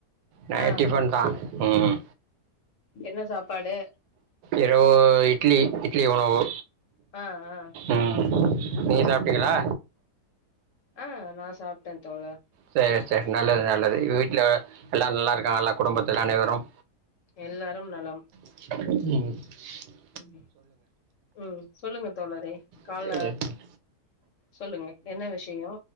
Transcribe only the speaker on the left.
ஆ
என்ன சாப்பாடு
அ அ
ஆ நா சாப்ட தோழா
எல்லாரும் நலம்
ம் ம் சொல்லுங்க தோழரே கால
சொல்லுங்க என்ன விஷயோ